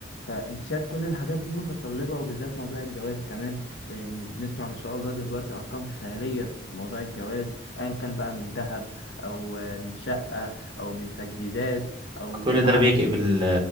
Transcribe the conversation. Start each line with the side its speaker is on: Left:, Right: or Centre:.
Left: فأنت شايف كل الحاجات دي متطلبة وبالذات موضوع الجواز كمان لان بنسمع ما شاء الله دلوقتي ارقام خياليه في موضوع الجواز ايا كان بقى من ذهب او آه، من شقه او من تجهيزات او
Right: كل
Left: العفش
Right: ده بيكئب ال...